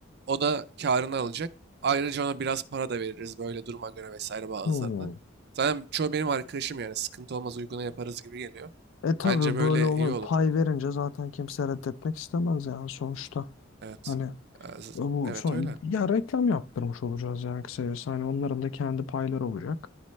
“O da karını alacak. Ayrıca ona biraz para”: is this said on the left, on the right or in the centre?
Right